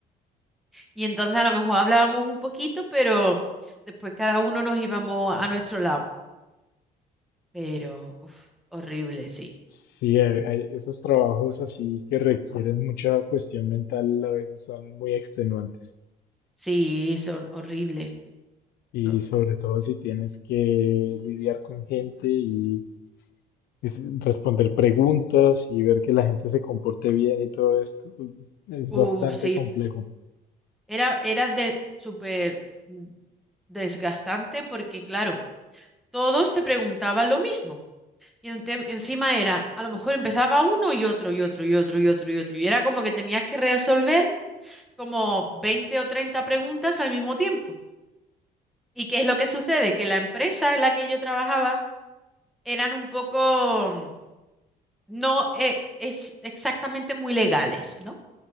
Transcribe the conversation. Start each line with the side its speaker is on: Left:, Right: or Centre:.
Centre: Y entonces a lo mejor hablábamos un poquito, pero después cada uno nos íbamos a nuestro lado. Pero, uf, horrible, sí.
Left: Sí, hay- hay- esos trabajos así que requieren mucha cuestión mental a veces son muy extenuantes.
Centre: Sí, son horribles.
Left: Y
Centre: No.
Left: sobre todo si tienes que lidiar con gente y y responder preguntas y ver que la gente se comporte bien y todo esto, es bastante
Centre: Uf, sí.
Left: complejo.
Centre: Era, era de súper mm, desgastante porque, claro, todos te preguntaban lo mismo. Y en- tem- encima era, a lo mejor empezaba uno y otro y otro y otro y otro y otro. Y era como que tenías que resolver como 20 o 30 preguntas al mismo tiempo. ¿Y qué es lo que sucede? Que la empresa en la que yo trabajaba eran un poco, mm, no eh, es exactamente muy legales, ¿no?